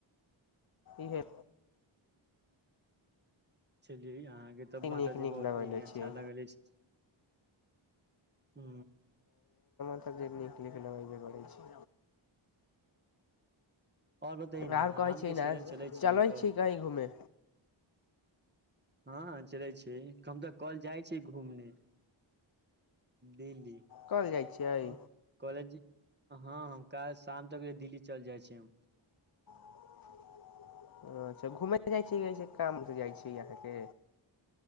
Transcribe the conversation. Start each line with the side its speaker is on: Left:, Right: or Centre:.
Left: इ हे
Right: च अहाँके तऽ माताजी
Left: नीक
Right: बहुत
Left: लगेले
Right: नीक
Left: छियै
Right: अच्छा लागल अछि हू
Left: जे नीक नीक नख लगेबे करै छै
Right: और बतै न
Left: <unintelligible> आऔर कहै
Right: आम
Left: छी
Right: के
Left: ने
Right: सीजन छै
Left: चलै
Right: तऽ
Left: छी कहीँ घूमे
Right: हँ चलै छी हम तऽ कल जाइ छी घूमने दिल्ली
Left: कल जाइ छियै
Right: कॉलेज हँ हम त काल् शाम तक दिल्ली चल जाइ छी हम
Left: <unintelligible> अछा घूमय जाइ छी की काम से जाइ छी अहाँके